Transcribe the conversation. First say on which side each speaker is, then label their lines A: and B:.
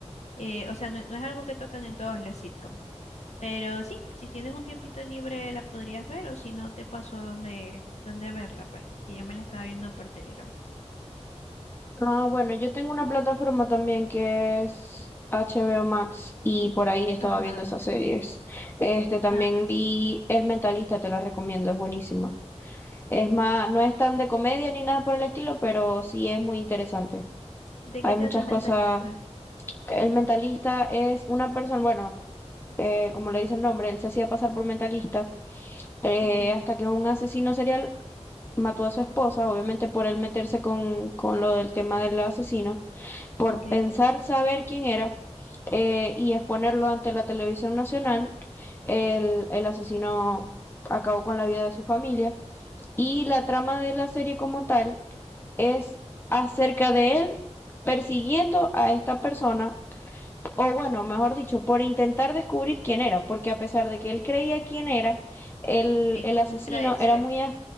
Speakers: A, on the left; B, on the left.
A: Eh, o sea, no, no es algo que tocan en todos los sitcoms. Pero sí, si tienes un tiempito libre la podrías ver, o si no te pasó dónde dónde verla, pues. Que yo me la estaba viendo por Telegram.
B: Ah, bueno, yo tengo una plataforma también que es HBO Max y por ahí estaba
A: Ajá.
B: viendo esas series. Este también
A: Ah, sí.
B: vi El Mentalista, te la recomiendo, es buenísima. Es más, no es tan de comedia ni nada por el estilo, pero sí es muy interesante.
A: ¿De
B: Hay
A: qué trata
B: muchas
A: el mentalista?
B: cosas. El Mentalista es una persona, bueno, eh, como le dice el nombre, él se hacía pasar por mentalista eh,
A: Ujú,
B: hasta que un asesino serial mató a su esposa, obviamente por él meterse con, con lo del tema del asesino por
A: Ok,
B: pensar saber quién era eh, y exponerlo ante la televisión nacional, el, el asesino acabó con la vida de su familia. Y la trama de la serie como tal es acerca de él persiguiendo a esta persona o bueno, mejor dicho, por intentar descubrir quién era, porque a pesar de que él creía quién era, el,
A: ok,
B: el asesino
A: no era ese.
B: era muy as-